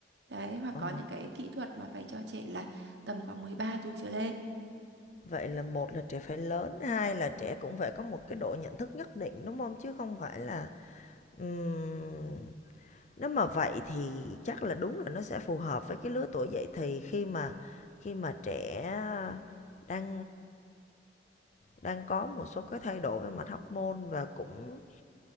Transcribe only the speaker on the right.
đấy hoặc
có những cái kỹ thuật mà phải cho trẻ là tầm khoảng 13 tuổi trở lên